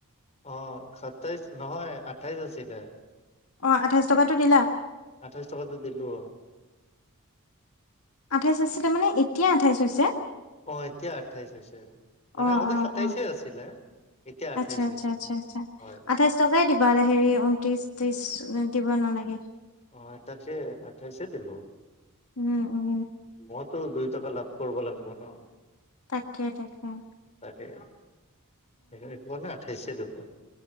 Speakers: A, on the left; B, on the left.
A: অঁ সাতাইছ নহয় আঠাইছ আছিলে।
B: অ আঠাইছ টকাটো দিলা?
A: আঠাইশ টকাতো দিলো।
B: আঠাইছ আছিলে মানে এতিয়া আঠাইছ হৈছে।
A: অ এতিয়া আঠাইছ হৈছে, মানে
B: অ
A: আগতে
B: অ
A: সাতাইছে
B: অ
A: আছিলে। এতিয়া আঠাইছ
B: আচ্ছা আচ্ছা
A: হৈছে
B: আচ্ছা আচ্ছা
A: হয়।
B: আঠাইশ টকাই দিবা হেৰি ঊনত্ৰিশ - ত্ৰিশ দিব নালাগে।
A: অহঁ এতিয়াটো আঠাইছে দিলোঁ।
B: উ'ম উ'ম।
A: মইতো দুই টকা লাভ কৰিব লাগিব ন?
B: তাকেই তাকেই।
A: তাকে একোৱা না আঁঠাইশে দুপো।